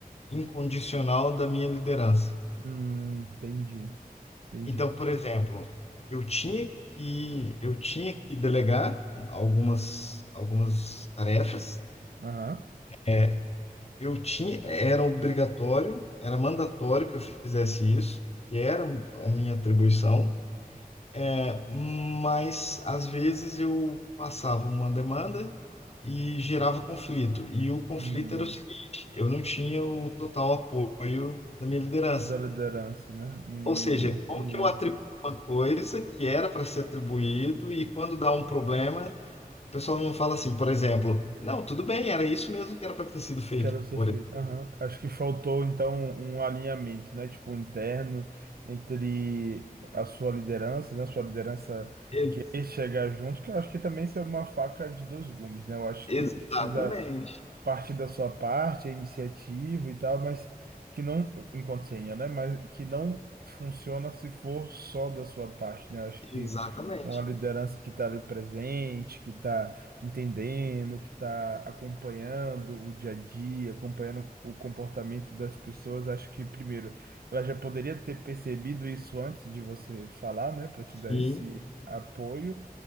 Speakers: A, on the left; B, on the right.
A: incondicional da minha liderança.
B: Hum, entendi, entendi.
A: Então, por exemplo, eu tinha que eu tinha que delegar algumas algumas tarefas.
B: Aham.
A: É, Eu tinha era obrigatório, era mandatório que eu fizesse isso, que era a minha atribuição. É, Mas às vezes eu passava uma demanda e gerava conflito. E o conflito
B: Hum,
A: era o seguinte: eu não tinha o total apoio da minha liderança.
B: da liderança, né? Hum,
A: Ou seja,
B: entendi.
A: como que eu atribuo uma coisa que era para ser atribuído e quando dá um problema, o pessoal não fala assim, por exemplo, não, tudo bem, era isso mesmo que era para ter sido feito
B: Quero ser
A: por
B: feito. Aham. Acho que faltou então um alinhamento, né? Tipo, interno entre a sua liderança, né? Sua liderança
A: eles.
B: querer chegar junto, que eu acho que também isso é uma faca de dois gumes, né? Eu acho
A: Exatamente,
B: que precisa parte da sua parte, a iniciativa e tal, mas que não, enquanto senha, né? Mas que não funciona se for só da sua parte, né? Acho que
A: exatamente.
B: uma liderança que está ali presente, que está entendendo, que está acompanhando o dia a dia, acompanhando o comportamento das pessoas, acho que primeiro ela já poderia ter percebido isso antes de você falar, né? Para te dar
A: Sim,
B: esse apoio.